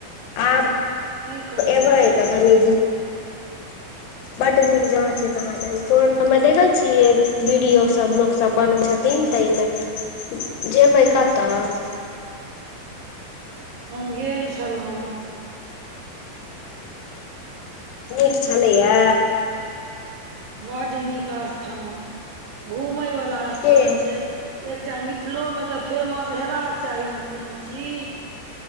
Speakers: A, on the left (about 85°); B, on the right (about 75°).
A: आब
B: की करबै
A: एबय तऽ तनि <unintelligible> बड नीक जहाँ छैय तहाँ ज फोन पर मे देखे छियै वीडियो सब लोक सब बन छथ थिन तैमे जेबै कऽ तऽ।
B: हम गेल छलहुँ।
A: नीक छलैया।
B: बड नीक स्थान घुमय वाला स्थान
A: के
B: छैय। एकटा मिथिलोमे तऽ फेमस हेबाक चाही ने कोनो चीज।